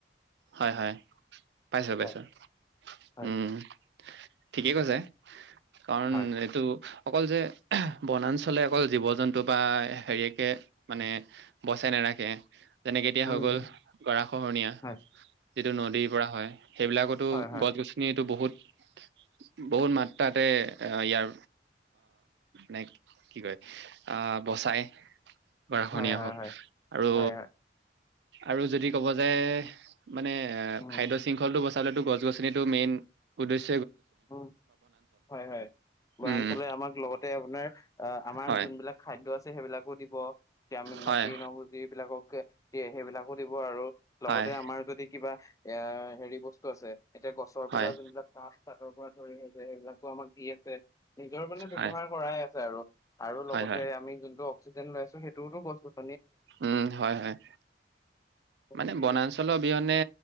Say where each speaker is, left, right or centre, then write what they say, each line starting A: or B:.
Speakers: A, on the right; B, on the left.
A: হয় হয়, পাইছো পাইছো,
B: হয় হয়
A: উম। ঠিকেই কৈছে। কাৰণ
B: হয়
A: এইটো অকল যে বনাঞ্চলে অকল জীৱ জন্তু বা হেৰিয়াকে মানে বচাই নাৰাখে। তেনেকে এতিয়া
B: উম
A: হৈ গ'ল, গৰা খহনীয়া।
B: হয়
A: যিটো নদীৰ পৰা হয়। সেইবিলাকতো
B: হয় হয়
A: গছ গছনিত বহুত বহুত মাত্ৰাতে ইয়াৰ মানে কি কয় বচাই গৰাখহনীয়া
B: হয় হয়
A: হওঁক আৰু
B: হয় হয় হয়
A: আৰু যদি ক'ব যায় মানে
B: উম
A: খাদ্য শৃংখলতটো বচাবলেতো গছ গছনিটো মেইন উদ্দেশ্য
B: উম, হয়, হয়। বনাঞ্চলে
A: উম
B: আমাক লগতে আপোনাৰ আমাৰ
A: হয়
B: যোনবিলাক খাদ্য আছে সেইবিলাক ক'ত দিব যে
A: হয়
B: মাটি নবুজি এইবিলাককে দিয়ে সেইবিলাকো দিব আৰু লগতে
A: হয়
B: আমাৰ যদি কিবা এয়া হেৰি বস্তু আছে এতিয়া গছৰ
A: হয়
B: পৰা যোনবিলাক কাঠ কাঠৰ পৰা খৰি হৈছে সেইবিলাকো আমাক দি আছে। নিজৰ মানে ব্যৱহাৰ
A: হয়
B: কৰাই আছে আৰু। আৰু লগতে
A: হয় হয়
B: আমি যোনটো অক্সিজেন লৈ আছো সেইটোতো গছ-গছনি
A: উম, হয়, হয়।
B: গতিকে
A: মানে বনাঞ্চলৰ অবিহনে